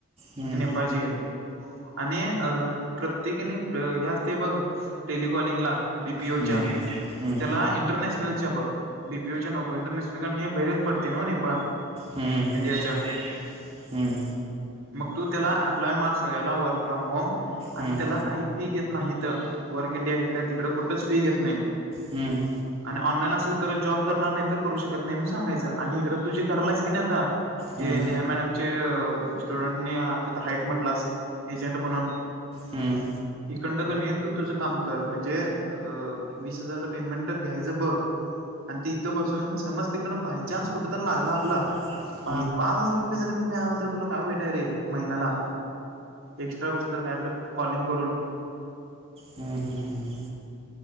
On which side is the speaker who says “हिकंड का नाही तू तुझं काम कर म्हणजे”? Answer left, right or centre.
Right